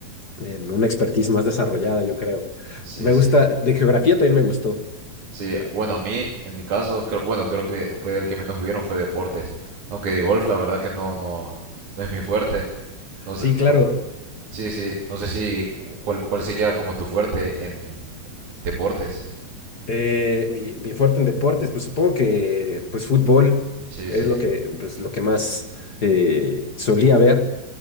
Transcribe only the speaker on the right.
Sí,
sí.
Sí, bueno, a mí, en mi caso, creo- bueno, creo que fue el que menos hubieron fue deportes. Aunque de golf, la verdad que no, no, no es mi fuerte. No sé,
cu- Sí, sí. No sé si cuál, cuál sería como tu fuerte en deportes.
Sí,
sí.